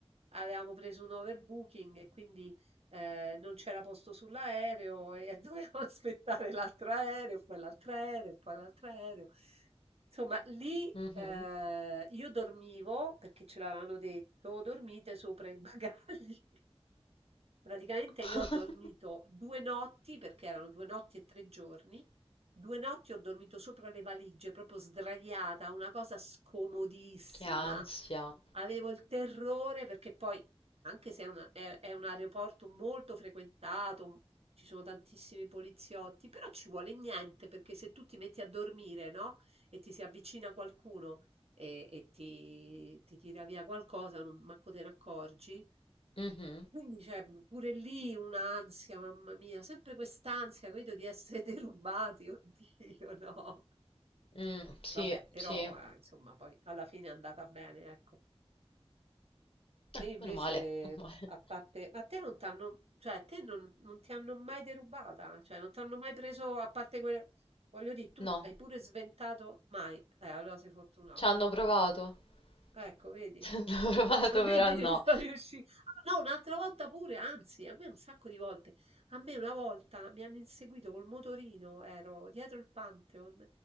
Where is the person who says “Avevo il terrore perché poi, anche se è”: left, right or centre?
Right